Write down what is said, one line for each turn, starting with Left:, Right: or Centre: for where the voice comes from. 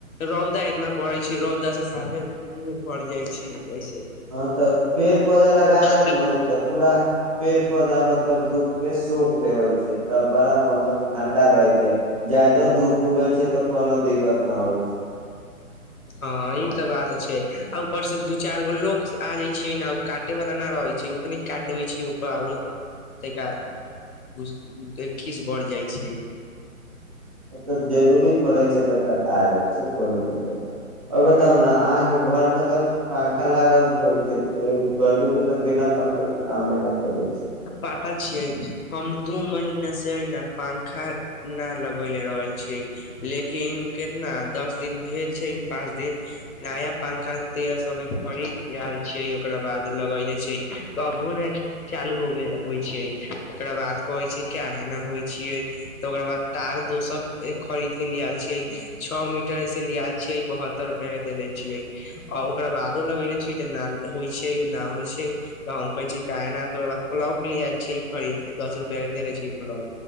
Left: रौदा इतना पड़े छै रौदा से साफे मुह भर जाइ छै। ऐसे
Right: हँ त पेड़ पौधा लगा
Left: हँ
Right: लेब न त पुरा। पेड़ पौधा मतलब धुप के सोख लेबै छै तब बड़ा मौसम ठंडा रहै छै। जादो धूप
Left: हँ
Right: उगै छै त कोनो दिक्कत न होइ छै।
Left: हँ ई त बात छै आ ऊपरसँ दू चारि गो लोक आ जाइ छैै ने ओ काटयवला नहि रहै छै ओकर नहि काटि देबै छैै ओपर आओर तनिका घस एक खीस बढ़ि जाइ छैिय।
Right: तऽ जरूरी पड़ैत छै तऽ कटा जाइत छै कोनो दिक्कत। ओ बताउ ने अहाँके घरमे। तब पंखा लागल होइ छै गर्मी मे तऽ बिना पंखा के साम न चलै छै।
Left: पता छियै हम दु महीना से ने पंखा न लगेले रहल छियै लेकिन केितना दस दिन भेल छै पाच दिन नया पंखा तेरह सए के खरीद आल छियै ओकरा बाद लगले छै त अभू ने चालू हो गेल। होइ छैय ओकरा बाद कहै छै कि अहिना होइ छियै त ओकरा बाद तार दोसर खरीद के लय आयल छियै छओ मीटर से लय आयल छियै बहत्तर रूपआ के देले छियै आ ओकरा बादो लगेले छियै त होइ छै नै होइ छै त हम कहै छियै काहे ना त ओकरा बाद प्लग ले आयल छै खरीद के दस रूपआ के देनेे छै प्लग,